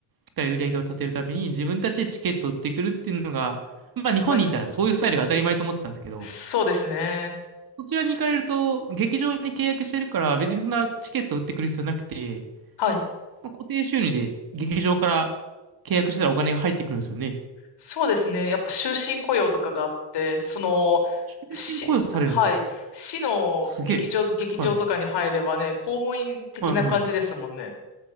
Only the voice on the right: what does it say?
っかり売り上げを立てるために自分たちでチケットを売ってくるっていうのが、まあ日本にいたらそういうスタイルが当たり前と思ってたんですけど、
そちらに行かれると劇場に契約してるから別にそんなチケットを売ってくる必要なくて、
まあ、固定収入で劇場から契約したらお金が入ってくるんですよね。
終身雇用されるんですか
すげえ。
はい。
はいはい。